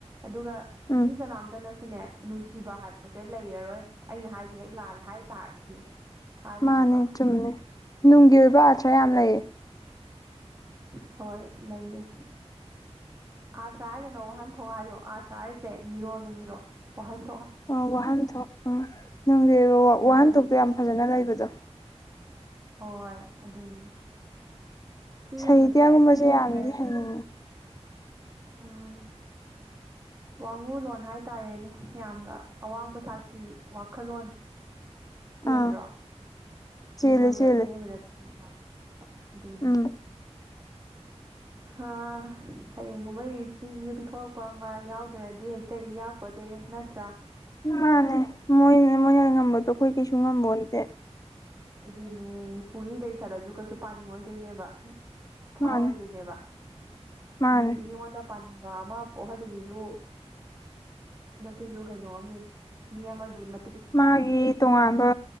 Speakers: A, on the right; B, on the left.
A: ꯑꯗꯨꯒ
B: ꯎꯝ
A: ꯃꯤ ꯀꯅꯥꯝꯇꯅ ꯁꯨꯅꯦ ꯅꯨꯡꯁꯤꯕ ꯍꯥꯏꯕꯁꯦ ꯂꯩꯔꯔꯣꯏ ꯑꯩꯅ ꯍꯥꯏꯁꯦ ꯍꯦꯛ ꯂꯥꯜꯂꯦ ꯍꯥꯏ ꯇꯥꯔꯗꯤꯅ ꯍꯥꯏꯅꯦ
B: ꯃꯥꯅꯦ
A: ꯍꯥꯏꯕ
B: ꯆꯨꯝꯃꯦ ꯅꯨꯡꯒꯤ ꯑꯣꯏꯕ ꯑꯥꯊ꯭ꯔ ꯌꯥꯝ ꯂꯩꯌꯦ
A: ꯍꯣꯏ ꯂꯩꯌꯦ ꯑꯥꯊ꯭ꯔ ꯍꯥꯏꯒꯅꯣ ꯋꯥꯍꯟꯊꯣꯛ ꯍꯥꯏꯌꯣ ꯑꯥꯊ꯭ꯔ ꯍꯥꯏꯁꯦ ꯃꯤꯔꯣꯜꯅꯦ ꯃꯤꯔꯣꯠ ꯋꯥꯍꯟ
B: ꯑꯣ ꯋꯥꯍꯟꯊꯣꯛ ꯑ ꯅꯨꯡꯒꯤ ꯑꯣꯏꯕ
A: ꯎꯝ
B: ꯋꯥꯍꯟꯊꯣꯛꯇꯣ
A: ꯑꯗꯨꯅꯦ
B: ꯌꯥꯝ ꯐꯖꯅ ꯂꯩꯕꯗꯣ
A: ꯍꯣꯏ ꯑꯗꯨꯅꯦ ꯁꯤꯒꯨꯝꯕꯁꯦ
B: ꯁꯥꯍꯤꯇ꯭ꯌꯥꯒꯨꯝꯕꯁꯦ
A: ꯑꯁ
B: ꯌꯥꯝꯅꯗꯤ
A: ꯀꯩ ꯍꯥꯏ
B: ꯍꯩꯅꯤꯡꯉꯤ
A: ꯑ <unintelligible> ꯋꯥꯡꯉꯨ ꯂꯣꯟ ꯍꯥꯏꯇꯥꯔꯦꯅꯦ ꯌꯥꯝꯅ ꯑꯋꯥꯡꯕ ꯊꯥꯛꯀꯤ ꯋꯥꯈꯜꯂꯣꯟ ꯆꯦꯟꯗ꯭ꯔꯣ
B: ꯑꯥ ꯆꯦꯜꯂꯦ
A: ꯃꯤꯉꯣꯟꯗ
B: ꯆꯦꯜꯂꯦ
A: ꯃꯤꯑꯣꯏꯕꯗ ꯄꯤꯅꯤꯡꯕ ꯑꯗꯨꯅꯦ
B: ꯎꯝ
A: ꯍꯥ ꯁꯩꯔꯦꯡꯒꯨꯝꯕ ꯏꯔꯤꯁꯤꯡꯁꯤꯁꯨ ꯄꯤꯊꯣꯔꯛꯄ ꯑꯃ ꯌꯥꯎꯗ꯭ꯔꯗꯤ ꯍꯦꯛꯇ ꯏ ꯌꯥꯄꯣꯠꯇꯦ ꯅꯦ ꯅꯠꯇ꯭ꯔ
B: ꯃꯥꯅꯦ ꯃꯣꯏꯅ ꯃꯣꯏꯅ ꯉꯝꯕꯗꯣ
A: ꯄꯨꯡ
B: ꯑꯩꯈꯣꯏ ꯀꯩꯁꯨ ꯉꯝꯕꫭꯟꯇꯦ
A: ꯑꯗꯨꯅꯦ ꯄꯨꯡꯏꯗ ꯏꯁꯜꯂꯁꯨ ꯀꯩꯁꯨ ꯄꯥꯅꯤꯡꯉꯣꯏꯗꫭꯏꯅꯦꯕ ꯐꯥꯎꯔꯣꯏꯗꯣꯏꯅꯦꯕ
B: ꯃꯥꯅꯦ ꯃꯥꯅꯦ
A: ꯃꯤ ꯃꯤꯉꯣꯟꯗ ꯄꯥꯅꯤꯡꯕ ꯑꯃ ꯄꯣꯛꯍꯜꯂꯤꯁꯤꯁꯨ ꯃꯁꯤꯁꯨ ꯀꯩꯅꯣꯝꯅꯦ ꯃꯤ ꯑꯃꯒꯤ ꯃ
B: ꯃꯥꯒꯤ ꯇꯣꯉꯥꯟꯕ